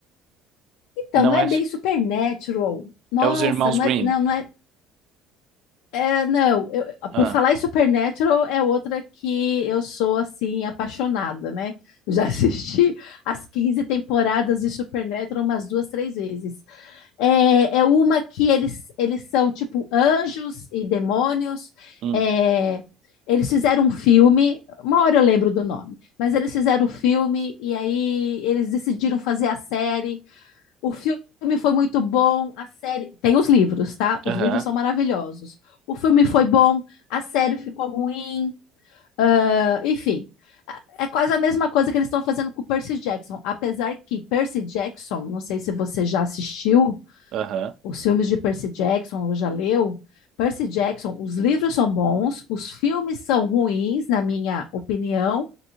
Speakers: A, on the left (about 90°); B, on the right (about 60°).
A: Então,
B: Não
A: não é
B: é,
A: bem supernatural. Nossa,
B: é os irmãos
A: não
B: Grimm.
A: é, não, não é, É, não, eu-
B: Ah,
A: por falar em Supernatural é outra que eu sou assim apaixonada, né? Eu Já <laughs> assisti as 15 temporadas de Supernatural umas duas, três vezes. É, é uma que eles, eles são tipo anjos e demônios.
B: hum,
A: é, eles fizeram um filme, uma hora eu lembro do nome, mas eles fizeram o filme e aí eles decidiram fazer a série o filme foi muito bom, a série. Tem os livros, tá? Os
B: aham,
A: livros são maravilhosos. O filme foi bom, a série ficou ruim, ah, enfim. É quase a mesma coisa que eles estão fazendo com o Percy Jackson. Apesar que Percy Jackson, não sei se você já assistiu
B: aham.
A: os filmes de Percy Jackson ou já leu. Percy Jackson, os livros são bons, os filmes são ruins, na minha opinião,